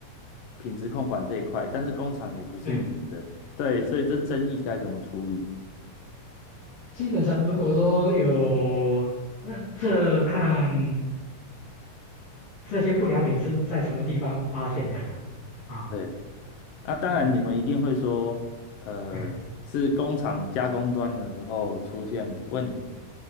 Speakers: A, on the left; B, on the left.
A: 品质控管这一块，但是工厂也不是你们的，
B: 对，
A: 对，所以这争议该怎么处理？
B: 基本上如果说有，嗯，这看这些不良品是在什么地方发现的啦。啊、
A: 对，那当然你们一定会说，
B: 嗯
A: 呃，
B: 嗯，
A: 是工厂加工端的时候出现问题。